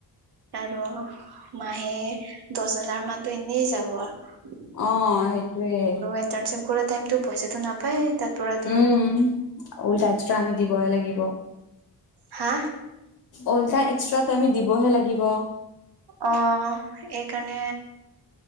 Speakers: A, on the right; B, on the left.
A: আৰু মাহে দহ হাজাৰ মানতো এনেই যাব আৰু
B: অ সেইটোয়ে
A: ইণ্টাৰ্ণশ্বিপ কৰা টাইমতটো পইচাটো নাপায় তাৰ পৰাতো
B: উম উল্টা এক্সট্ৰা আমি দিবহে লাগিব।
A: হা
B: অল্টা এক্সট্ৰাটো আমি দিবহে লাগিব।
A: অ এইকাৰণে